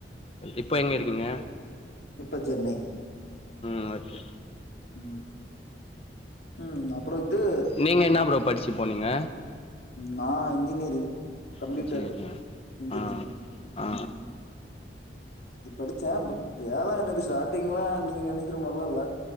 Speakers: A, on the left (about 35°); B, on the left (about 60°).
A: இப்ப எங்க இருக்கீங்க
B: இப்ப சென்னை
A: ம் ஓகே
B: ம் ம் அப்றோ இது
A: நீங்க என்ன ப்ரோ படிச்சி போனீங்க
B: நா இன்ஜினியரிங் கம்ப்யூட்டர்
A: இன்ஜினியரிங்கா
B: இன்ஜினியரிங்
A: ஆ ஆ
B: ம் அது படிச்ச பட் வேல எனக்கு ஸ்டார்டிங்ல நீங்க நினைக்கற மாரிலா இல்ல